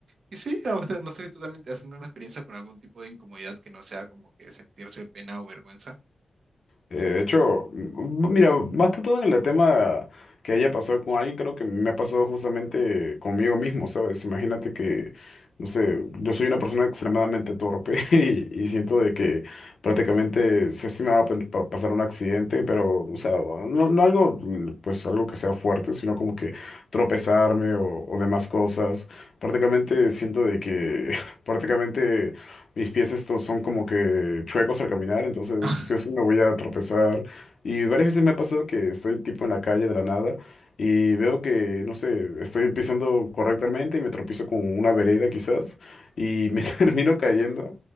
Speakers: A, on the right; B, on the left.
A: Y sí, a veces, no sé si tú también te has tenido una experiencia con algún tipo de incomodidad que no sea como que sentirse pena o vergüenza.
B: Eh, de hecho, m- mira, más que todo en el tema que haya pasado con alguien, creo que me ha pasado justamente conmigo mismo, ¿sabes? Imagínate que, no sé, yo soy una persona extremadamente torpe <laughs> y, y siento de que prácticamente sí, sí me va a pa- pa- pasar un accidente, pero, o sea, no, no algo, pues algo que sea fuerte, sino como que tropezarme o, o demás cosas. Prácticamente siento de que <laughs> prácticamente mis pies estos son como que chuecos al caminar, entonces
A: <laughs>
B: sí o sí me voy a tropezar. Y varias veces me ha pasado que estoy tipo en la calle de la nada y veo que, no sé, estoy pisando correctamente y me tropiezo con una vereda quizás y me <laughs> termino cayendo.